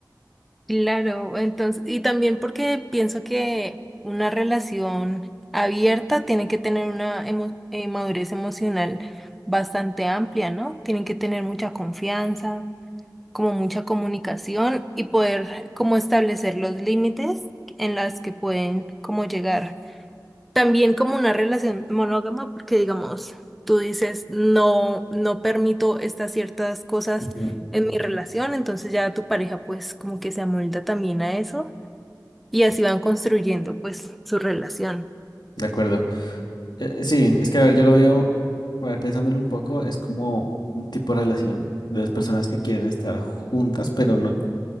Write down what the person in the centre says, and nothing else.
Claro, entonces, y también porque pienso que una relación abierta tiene que tener una emo- eh, madurez emocional bastante amplia, ¿no? Tienen que tener mucha confianza, como mucha comunicación y poder como establecer los límites en las que pueden como llegar. También como una relación monógama, porque digamos, tú dices, no, no permito estas ciertas cosas
en mi relación, entonces ya tu pareja pues como que se amolda también a eso y así van construyendo pues su relación.